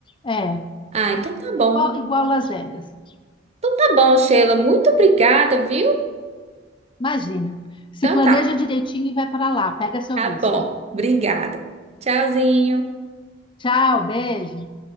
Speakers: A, on the left (about 25°); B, on the right (about 35°).
A: É,
B: Ah, então tá bom.
A: é igual, igual Las Vegas.
B: Então tá bom, Sheila. Muito obrigada, viu?
A: Imagina. Se
B: Então
A: planeja
B: tá.
A: direitinho e vai para lá. Pega seu
B: Tá
A: visto.
B: bom. Obrigada. Tchauzinho.
A: Tchau, beijo.